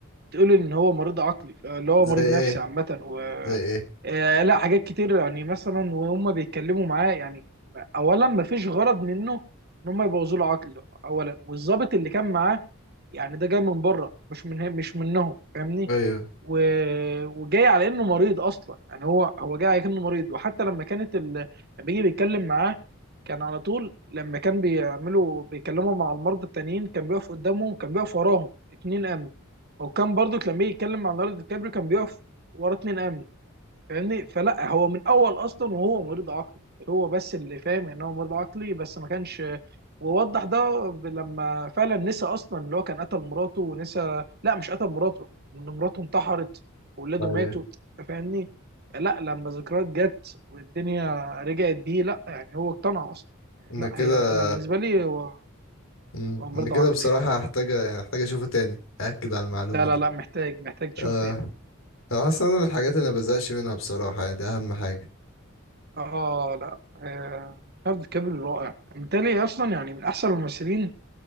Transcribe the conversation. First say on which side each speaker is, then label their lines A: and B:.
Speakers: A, on the right; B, on the left.
A: بتقول ان هو مريض عقلي اللي هو
B: زي
A: مريض
B: ايه
A: نفسي عامة و
B: زي ايه
A: آه، لا حاجات كتير يعني مثلا وهم بيتكلموا معاه يعني اولا ما فيش غرض منه ان هم يبوظوا له عقله اولا والظابط اللي كان معاه يعني ده جاي من بره مش من مش منهم فاهمني
B: ايوه
A: و... وجاي على انه مريض اصلا يعني هو هو جاي على انه مريض وحتى لما كانت ال... لما بيجي بيتكلم معاه كان على طول لما كان بيعملوا بيكلموا مع المرضى التانيين كان بيقف قدامهم كان بيقف وراهم اتنين امن وكان برضو لما يجي يتكلم مع ليوناردو دي كابريو كان بيقف ورا اتنين امن فاهمني فلا هو من اول اصلا وهو مريض عقلي هو بس اللي فاهم ان هو مريض عقلي بس ما كانش ووضح ده ب- لما فعلا نسى اصلا اللي هو كان قتل مراته ونسى لا مش قتل مراته ان مراته انتحرت واولاده
B: ايوه
A: ماتوا أنت فاهمني لا لما ذكريات جت والدنيا رجعت بيه لا يعني هو اقتنع اصلا
B: انا
A: لا
B: كده
A: هي انا بالنسبه لي هو
B: مم.
A: هو مريض
B: انا كده
A: عقلي
B: بصراحة
A: يعني.
B: هحتاج يعني هحتاج اشوفه تاني اكد على المعلومة
A: لا
B: دي
A: لا لا محتاج محتاج تشوف
B: اه
A: تاني
B: انا اصلا أنا من الحاجات اللي ما بزهقش منها بصراحة يعني ده اهم حاجة
A: اه لا آه، ليوناردو دي كابريو رائع بالتالي اصلا يعني من احسن الممثلين